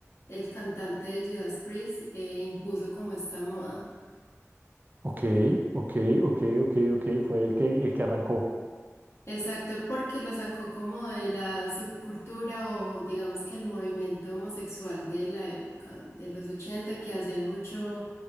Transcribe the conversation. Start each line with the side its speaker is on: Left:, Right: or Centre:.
Left: el cantante de Judas Priest eh, impuso como esta moda.
Right: Ok, ok, ok, ok, ok, fue el que, el que arrancó.
Left: Exacto, porque lo sacó como de la subcultura o digamos que el movimiento homosexual de la época de los 80 que hacían mucho,